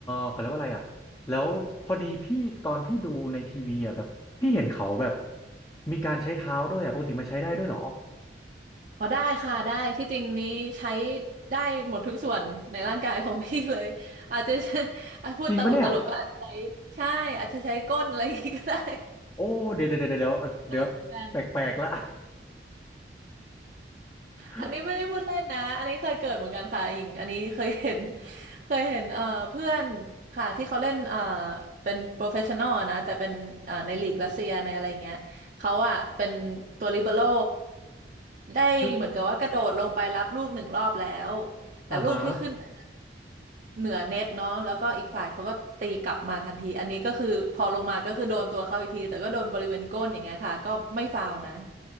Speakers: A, on the left; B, on the right.
A: เขาเรียกว่าอะไรอ่ะแล้วพอดีพี่ตอนพี่ดูในทีวีอ่ะแบบพี่เห็นเขาแบบมีการใช้เท้าด้วยอ่ะปกติมันใช้ได้ด้วยเหรอ
B: อ๋อได้ค่ะได้ที่จริงนี้ใช้ได้หมดทุกส่วนในร่างกายของพี่เลยอาจจะอาจ <laughs> พูดตลกตลกก็อาจจะใช้ใช่อาจจะใช้ก้นอะไรอย่างงี้ก็ได้
A: จริงปะเนี่ยโอ้เดี๋ยวเดี๋ยวเดี๋ยวเดี๋ยวอ่ะเดี๋ยวแปลกๆละ
B: เหมือนกัน
A: <laughs>
B: อันนี้ไม่ได้พูดเล่นนะอันนี้เคยเกิดเหมือนกันค่ะหญิงอันนี้เคยเห็น <laughs> เคยเห็นเอ่อเพื่อนค่ะที่เขาเล่นเอ่อเป็นโปรเฟชชั่นอลนะแต่เป็นเอ่อในลีกรัสเซียในอะไรอย่างเงี้ยเขาอะเป็นตัวลิเบโร่ได้เหมือนกับว่ากระโดดลงไปรับลูกหนึ่งรอบแล้ว
A: คือ
B: แต่ลูกที่ขึ้นไป
A: อ่าฮะ
B: เหนือเน็ตเนาะแล้วก็อีกฝ่ายเขาก็ตีกลับมาทันทีอันนี้ก็คือพอลงมาก็คือโดนตัวเขาอีกทีแต่ก็โดนบริเวณก้นอย่างเงี้ยค่ะก็ไม่ฟาวล์นะ